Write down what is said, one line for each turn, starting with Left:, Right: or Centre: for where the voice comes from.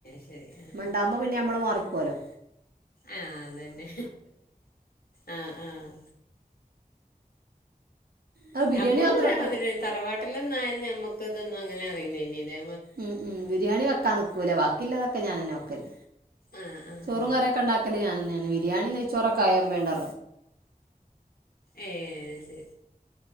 Left: ശരി ആ
Right: ഇമ്മ ഇണ്ടാവ്മ്പോ പിന്നെ ഞമ്മള് മാറിക്കോലോ
Left: ആഹ് അതന്നെ ആഹ് ആഹ്
Right: അത് ബിരിയാണി
Left: ഞമ്മളും
Right: മാത്രം
Left: ഇതേമാതിരി
Right: ട്ടോ
Left: തറവാട്ടിലൊന്നായന്ന് ഞമ്മക്ക് ഇതൊന്നും അങ്ങനെ അറില്ലെയ്ഞ്ഞില്ലെ
Right: ഉം ഉം ബിരിയാണി വെക്കാ നിക്കൂല വാക്കില്ലതൊക്കെ ഞാനെന്നെ വെക്കല്
Left: ആ ആ
Right: ചോറും
Left: ആ
Right: കറിക്കെ ഇണ്ടാക്കല് ഞാനന്നെണ് ബിരിയാണി നെയ് ചോറൊക്കെ ആയ ഇമ്മ ഇണ്ടാ
Left: ഏഹ് അഹ് ശരി